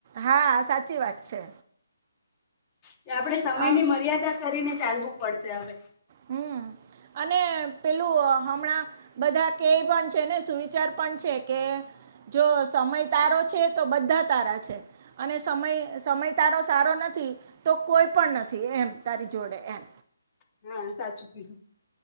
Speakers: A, on the right; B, on the left.
A: હા સાચી વાત છે.
B: કે આપણે સમયની
A: હા
B: મર્યાદા કરીને ચાલવું પડશે હવે.
A: હમ્મ અને પેલું હમણાં બધા કહે પણ છે ને સુવિચાર પણ છે કે જો સમય તારો છે તો બધા તારા છે. અને સમય, સમય તારો સારો નથી તો કોઈ પણ નથી એમ તારી જોડે એમ
B: હા સાચું કીધું.